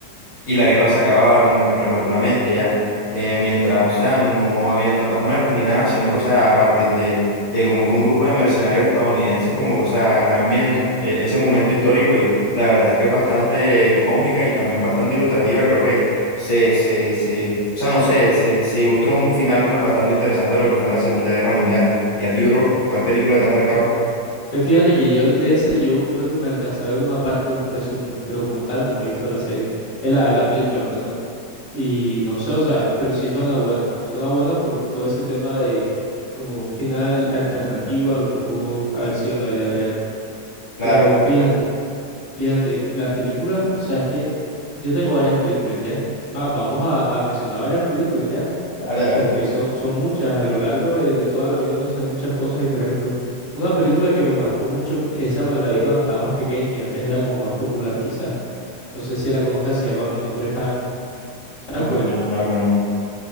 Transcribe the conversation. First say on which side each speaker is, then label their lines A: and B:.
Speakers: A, on the left (about 65°); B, on the left (about 80°).
A: y la guerra se acababa como que prematuramente ya. Eh, mientras, o sea, no habían tantas muertes ni nada, sino que, o sea, a partir de, de como que un grupo de mercenarios estadounidenses, como que, o sea, cambian eh, ese momento histórico y la verdad es que es bastante cómica y también bastante ilustrativa. Creo que se, se, se, o sea, no sé, se, se ilustró un final pues bastante interesante a lo que fue la Segunda Guerra Mundial. Y a ti, bro, ¿cuál película te ha marcado?
B: Mm. Eh, Fíjate que yo de esa yo creo que me alcancé a ver una parte de un resumen, pero como tal no me he visto la serie. Eh, la, la película, perdón. Y no sé, o sea, pero sí suena buena. Suena buena por todo ese tema de como un final alternativo a lo que pudo haber sido en la vida real.
A: Claro,
B: Pero fíjate, fíjate, la película, o sea, es que yo tengo varias películas ya. Más, vamos a, a mencionar varias películas ya,
A: dale, dale.
B: porque son, son muchas. A lo largo de, de toda la vida uno se ve muchas cosas. Y por ejemplo, una película que me marcó mucho, esa me la vi cuando estaba más pequeño y antes era como más popular quizás. No sé si la conozcas, se llama Mi nombre es Han. ¿Sabes
A: No, hermano,
B: cuál es?
A: no la conozco.